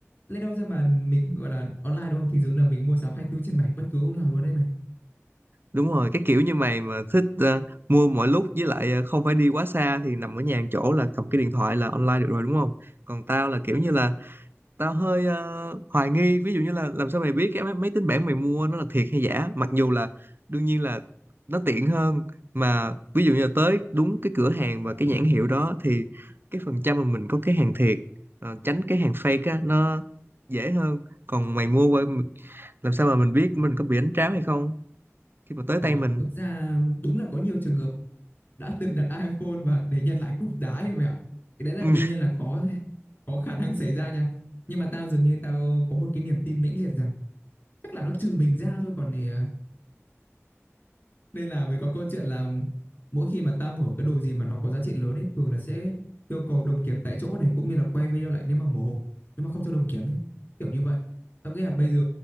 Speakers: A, on the left (about 45°); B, on the right (about 45°).
A: Lấy đâu ra mà mình gọi là online đúng không? Thì dường là mình mua sắm 24 trên 7 bất cứ lúc nào luôn đây này.
B: đúng rồi cái kiểu như mày mà thích à, mua mọi lúc với lại à, không phải đi quá xa thì nằm ở nhà một chỗ là cầm cái điện thoại là online được rồi đúng không còn tao là kiểu như là tao hơi ờ, hoài nghi ví dụ như là làm sao mày biết cái máy, máy tính bảng mày mua nó là thiệt hay giả mặc dù là đương nhiên là nó tiện hơn mà ví dụ như là tới đúng cái cửa hàng và cái nhãn hiệu đó thì cái phần trăm mà mình có cái hàng thiệt ờ, tránh cái hàng fake á nó dễ hơn còn mày mua qua làm sao mà mình biết mình có bị đánh tráo hay không khi mà tới
A: Ờ,
B: tay mình
A: thực ra đúng là có nhiều trường hợp đã từng đặt iPhone và để nhận lại cục đá ấy mày ạ. Cái đấy là
B: <laughs>
A: đương nhiên là có có khả năng xảy ra nha. Nhưng mà tao dường như tao có một cái niềm tin mãnh liệt rằng chắc là nó trừ mình ra thôi còn thì ờ, nên là mới có câu chuyện là mỗi khi mà tao mở cái đồ gì mà nó có giá trị lớn ấy thường là sẽ yêu cầu đồng kiểm tại chỗ này cũng như là quay video lại nếu mà mở hộp nhưng mà không cho đồng kiểm ấy kiểu như vậy tao nghĩ là bây giờ